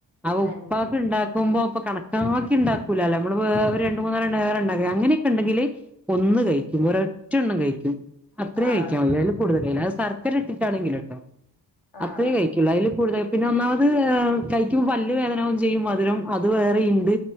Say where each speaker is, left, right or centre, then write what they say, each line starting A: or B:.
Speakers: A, in the centre; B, on the left.
A: ആഹ്
B: തന്നെ
A: ഉപ്പാക്ക് ഇണ്ടാക്കുമ്പോ അപ്പൊ കണ ക്കാക്കി ഇണ്ടാക്കൂല്ലാല്ലോ അമ്മള് വേ ഒര് രണ്ട് മൂന്നാല്ലെണം ഏറെ ഇണ്ടാക്ക അങ്ങനെക്കെ ഇണ്ടെങ്കില് ഒന്ന് കഴി ക്കും ഒരൊറ്റണ്ണം കഴിക്ക്യും അത്രയേ
B: ആഹ്
A: കഴിക്ക്യാവുള്ള് അയിന് കൂട്തല്ലില്ലാ അഹ് സർക്കര ഇട്ടിട്ടാണെങ്കില്ട്ടോ
B: ആഹ്
A: അത്രേ
B: ആഹ്
A: കഴിക്ക്യോള്ളു അയില് കൂടുതല് പിന്നെ ഒന്നാമത് കഴിക്ക്യുമ്പോ പല്ല് വേദനാവും ചെയ്യും മധുരം അത് വേറെയിണ്ട്